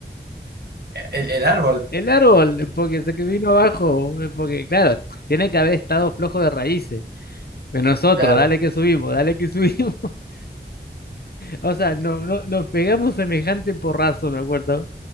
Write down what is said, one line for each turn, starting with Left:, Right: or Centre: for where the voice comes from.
Right: El, el árbol,
Left: <laughs> El árbol, porque se que vino abajo, eh, porque claro, tiene que haber estado flojo de raíces. Pero nosotros,
Right: claro.
Left: dale que subimos, dale que subimos. <laughs> O sea, no, no, nos pegamos semejante porrazo, me acuerdo,